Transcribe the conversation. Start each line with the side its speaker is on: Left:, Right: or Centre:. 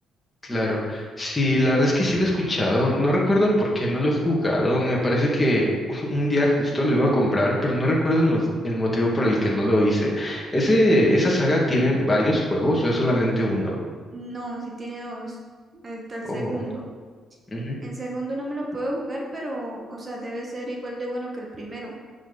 Left: Claro. Sí, la verdad es que sí lo he escuchado. No recuerdo por qué no lo he jugado. Me parece que <laughs> un día justo lo iba a comprar, pero no recuerdo el, mo- el motivo por el que no lo hice. ¿Ese, esa saga tiene varios juegos o es solamente uno?
Right: No, sí tiene dos. Ahí Está el segundo.
Left: Oh. ujú.
Right: El segundo no me lo puedo jugar, pero, o sea, debe ser igual de bueno que el primero.